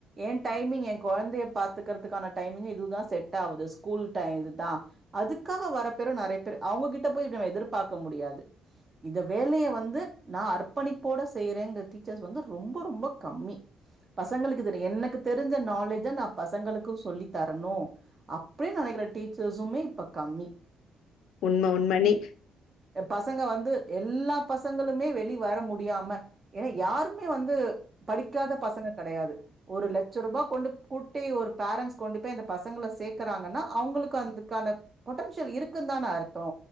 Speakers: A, on the right; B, on the left.
A: எ டைமிங் எ கொழந்தைய பாத்துக்குறதுக்கான டைமிங் இதுதா செட் ஆவுது ஸ்கூல் டைம் இதுதா அதுக்காக வர பேரு நறைய பேரு அவுங்க கிட் ட்ட போய் நம்ம எதிர்பார்க்க முடியாது இந்த வேலைய வந்து நா அர்ப்பணிப்போட செய்றேங்க டீச்சர்ஸ் வந்து ரொம்ப ரொம்ப கம்மி பசங்களுக்கு எனக்கு தெரிஞ்ச நாலேஜ நா பசங்களுக்கு சொல்லி தரணு அப்டின் நெனைக்கிற டீச்சர்ஸுமே இப்ப கம்மி
B: உண்ம உண்ம நீ
A: பசங்க வந்து எல்லா பசங்களுமே வெளி வர முடியாம ஏன்னா யாருமே வந்து படிக்காத பசங்க கெடையாது ஒரு லட்சரூபா கொண்டு கூட்டி ஒரு பேரண்ஸ் கொண்டு போய் அந்த பசங்கள சேக்குறாங்கன்னா அவங்களுக்கு அதுக்கான பொட்டன்சியல் இருக்குன்தான அருத்தோ